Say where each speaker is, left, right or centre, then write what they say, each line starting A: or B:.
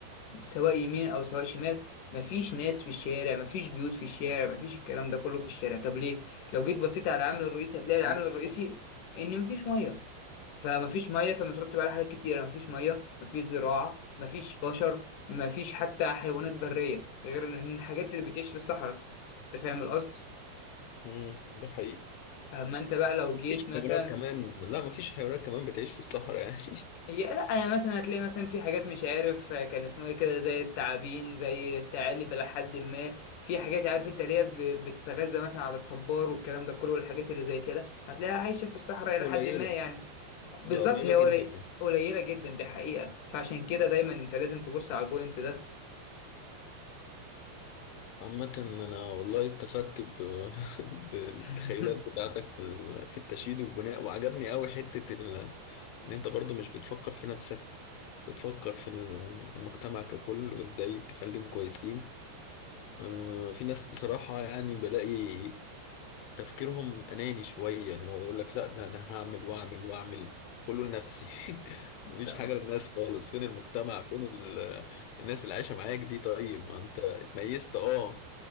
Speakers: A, on the left; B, on the left.
A: سواء يمين او سواء شمال مفيش ناس في الشارع مفيش بيوت في الشارع مفيش الكلام ده كله في الشارع طب ليه لو جيت بصيت على العامل الرئيسي هتلاقي
B: عشان
A: العامل
B: ما
A: الرئيسي
B: فيش مية
A: ان مفيش ميه فمفيش ميه فمترتب على حاجات كتيره مفيش ميه مفيش زراعه مفيش بشر مفيش حتى حيوانات بريه غير إن الحاجات اللي بتعيش في الصحراء انت فاهم القصد
B: امم ده حقيقي
A: اما انت بقى لو
B: مفيش
A: جيت مثلا
B: حيوانات كمان لا مفيش حيوانات كمان بتعيش في الصحراء يعني
A: هي لا يعني مثلا هتلاقي مثلا في حاجات مش عارف آه، كان اسمه ايه كده زي التعابين زي الثعالب الى حد ما في حاجات عارف انت اللي هي ب- بتتغذى مثلا على الصبار والكلام ده كله والحاجات اللي زي كده هتلاقيها عايشه في الصحراء
B: <laughs>
A: الى
B: قليلة
A: حد ما يعني بالظبط
B: ده قليلة
A: هي
B: جدا
A: قلي...
B: يعني.
A: قليلة جدا دي حقيقة فعشان كده دايما انت لازم تبص على البوينت ده
B: عامة أنا والله استفدت ب... <laughs> بالتخيلات
A: <laughs>
B: بتاعتك في ال... في التشييد والبناء وعجبني قوي حتة ال... إن أنت برضو مش بتفكر في نفسك بتفكر في المجتمع ككل وإزاي تخليهم كويسين آه، في ناس بصراحة يعني بلاقي تفكيرهم أناني شوية اللي هو يقول لك لا ده أنا هعمل وأعمل وأعمل كله لنفسي <laughs>
A: انت
B: مفيش حاجة للناس خالص فين المجتمع فين ال- الناس اللي عايشة معاك دي طيب ما أنت اتميزت أه